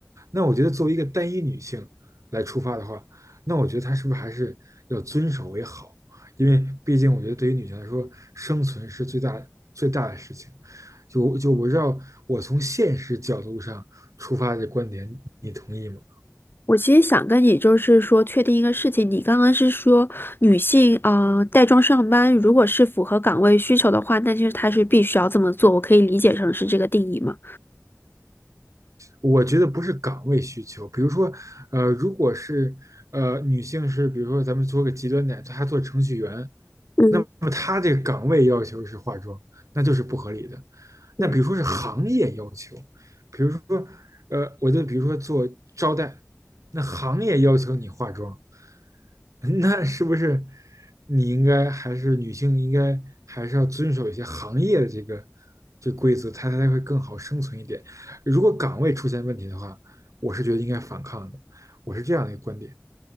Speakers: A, on the right; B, on the left.
A: 那我觉得作为一个单一女性来出发的话，那我觉得她是不是还是要遵守为好？因为毕竟我觉得对于女性来说，生存是最大最大的事情。就就我知道，我从现实角度上出发的观点，你同意吗？
B: 我其实想跟你就是说确定一个事情，你刚刚是说女性啊、呃带妆上班，如果是符合岗位需求的话，那就是她是必须要这么做，我可以理解成是这个定义吗？
A: 我觉得不是岗位需求，比如说，呃，如果是呃女性是，比如说咱们做个极端点，她做程序员，
B: 嗯，
A: 那么他这个岗位要求是化妆，那就是不合理的。那比如说是行业要求，
B: 对。
A: 比如说，呃，我就比如说做招待，那行业要求你化妆，<laughs> 那是不是你应该还是女性应该还是要遵守一些行业的这个这规则，它才会更好生存一点。如果岗位出现问题的话，我是觉得应该反抗的，我是这样的一个观点。